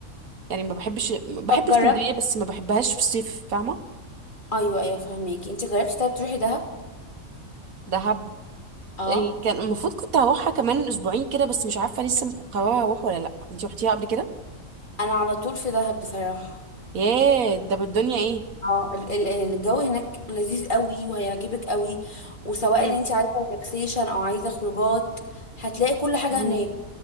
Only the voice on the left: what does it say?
طب
جربت
ايوه ايوه فهميكي انت جربتي طيب تروحي دهب
اه
انا على طول في دهب بصراحة
اه ال- ال- الجو هناك لذيذ قوي وهيعجبك قوي وسواء
ان انت عايزة ريلاكسيشن او عايزة خروجات هتلاقي كل حاجة
هناك